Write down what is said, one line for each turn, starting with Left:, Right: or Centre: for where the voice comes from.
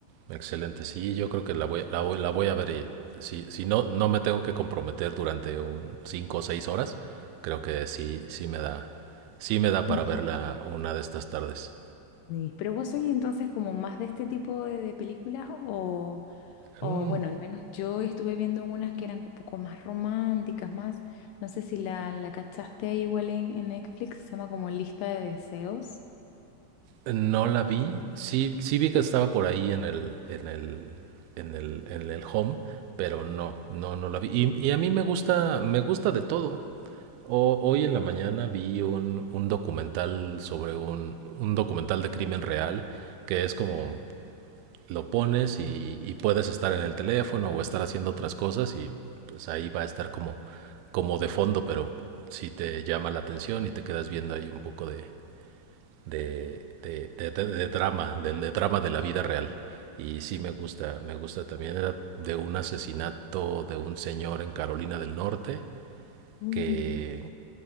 Right: Excelente. Sí, yo creo que la voy, la voy, la voy a ver y si, si no, no me tengo que comprometer durante un 5 o 6 horas, creo que sí, sí me da, sí me da para
Left: <laughs>
Right: verla una de estas tardes.
Left: Sí. ¿Pero vos sois entonces como más de este tipo de, de películas o, O
Right: Mm,
Left: bueno, al menos yo estuve viendo unas que eran un poco más románticas, más, no sé si la, la cachaste igual en, en Netflix, se llama como Lista de Deseos.
Right: No la vi. Sí, sí vi que estaba por ahí en el, en el, en el, en el home, pero no, no, no la vi. Y, y a mí me gusta, me gusta de todo. O- hoy en la mañana vi un, un documental sobre un, un documental de crimen real que es como lo pones y, y puedes estar en el teléfono o estar haciendo otras cosas y pues ahí va a estar como, como de fondo, pero si te llama la atención y te quedas viendo ahí un poco de, de, de, de, de de drama, de, de drama de la vida real. Y sí me gusta, me gusta también. Era de un asesinato de un señor en Carolina del Norte
Left: Mm,
Right: que